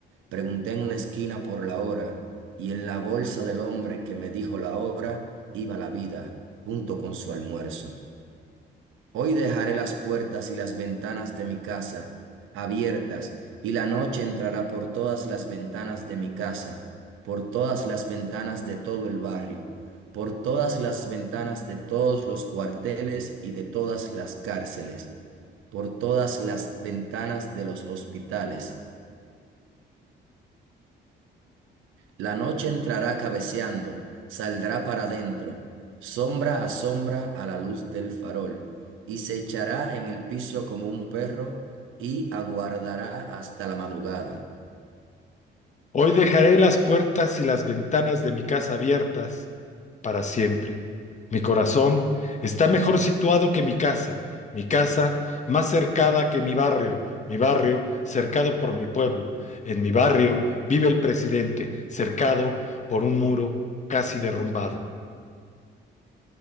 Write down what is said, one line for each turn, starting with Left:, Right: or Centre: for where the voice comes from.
Right: Pregunté en una esquina por la hora y en la bolsa del hombre que me dijo la hora iba la vida junto con su almuerzo. Hoy dejaré las puertas y las ventanas de mi casa abiertas y la noche entrará por todas las ventanas de mi casa, por todas las ventanas de todo el barrio, por todas las ventanas de todos los cuarteles y de todas las cárceles por todas las ventanas de los hospitales. La noche entrará cabeceando, saldrá para dentro, sombra a sombra a la luz del farol, y se echará en el piso como un perro y aguardará hasta la madrugada.
Left: Hoy dejaré las puertas y las ventanas de mi casa abiertas para siempre. Mi corazón está mejor situado que mi casa, mi casa más cercada que mi barrio, mi barrio cercado por mi pueblo. En mi barrio vive el presidente, cercado por un muro casi derrumbado.